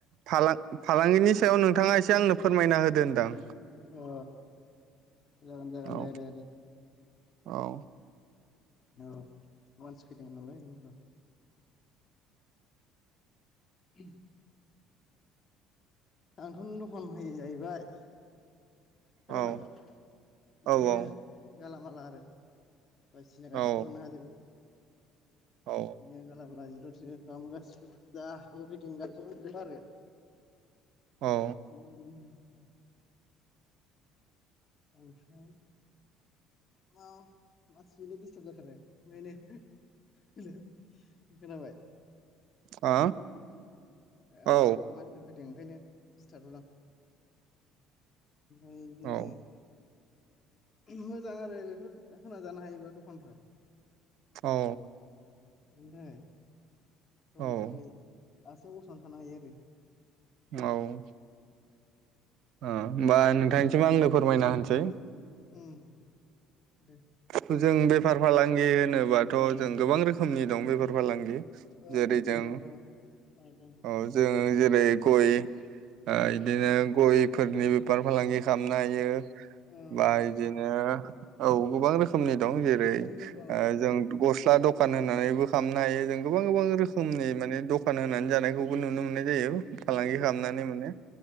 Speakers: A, on the right; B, on the left.
A: फालां फालांगिनि सायाव नोंथाङा एसे आंनो फोरमायना होदो होनदां
B: अ जागोन जागोन
A: औ
B: दे दे दे
A: औ
B: औ औ मानसि फैदोंमोनालाय र ओ आंथ'नो दखान होयो जाहैबाय खोनाबाय
A: औ
B: बिदिनो
A: औ
B: गालामाला आरो बायसिना गासिबो
A: औ
B: मोननो हाजोबो
A: औ
B: ने गाला बालाजि इभिरिथिं गासिबो मोनजोबो आरो
A: औ
B: उम उसनाय जोंनाव मानसि फैदोंलै दिस्टार्ब जाथारो नै नै खोनाबाय
A: आ
B: ओ माबा
A: औ
B: मानसिफोर फैदों ओंखायनो सिरि थाथदों आं ओ बिदिनो
A: औ
B: मोजां आरो बेफोरखौ होना जानो हायोबा दखानफ्रा
A: औ
B: बेनि थाखाय गावनि
A: औ ओ
B: थाखाय आथिंआव गसंनानै थानो हायो आरो
A: औ ओ होमबा नोंथांनिसिम आंनो फोरमायना होनोसै
B: ओम दे
A: जों बेफार फालांगि होनोबाथ' जों गोबां रोखोमनि दं बेफार फालांगि
B: औ
A: जेरै जों
B: दङ औ दङ
A: अ जों जेरै गय ओ
B: औ
A: इदिनो गयफोरनि बेफार फालांगि खालामनो हायो
B: औ
A: बा
B: हायो
A: इदिनो औ गोबां रोखोम रोखोमनि नि दं जेरै
B: गोबां दं दङ
A: ओ
B: औ
A: जों गस्ला दखान होनानैबो खालामनो हायो जों गोबां गोबां रोखोमनि माने दखान होनानै जानायखौबो नुनो मोननाय जायो फालांगि
B: औ
A: खालामनानै मोनो